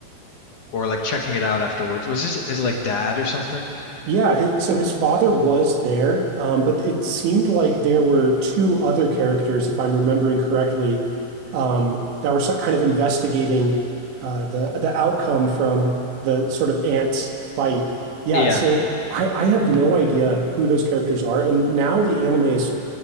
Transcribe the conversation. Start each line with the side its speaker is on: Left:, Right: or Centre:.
Left: or like checking it out afterwards? Was this is like dad or something?
Right: Yeah, his, so his father was there, um, but it seemed like there were two other characters, if I'm remembering correctly, um, that were so- kind of investigating uh, the the outcome from the sort of ants fight. Yeah,
Left: Yeah.
Right: so I, I have no idea who those characters are, and now the anime is